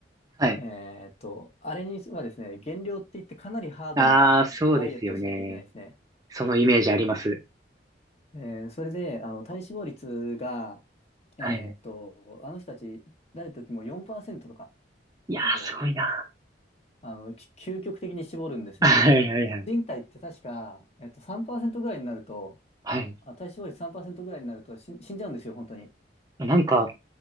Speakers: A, on the right; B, on the left.
A: はい。
B: えーっと、あれにはですね、減量って言ってかなりハードなダイエットをしなきゃいけないんですね。
A: ああ、そうですよね。そのイメージあります。
B: えーそれで、あの、体脂肪率が、えーっと、
A: はい。
B: あの人たち、誰の時も4%とか
A: いやー、
B: まで
A: すごいな。
B: あの、き究極的に絞るんですね。
A: <laughs> はいはいはい。
B: で、人体って確か、えっと、3%ぐらいになると、
A: はい。
B: あ、体脂肪率3%ぐらいになると死ん、死んじゃうんですよ、本当に。
A: なんか、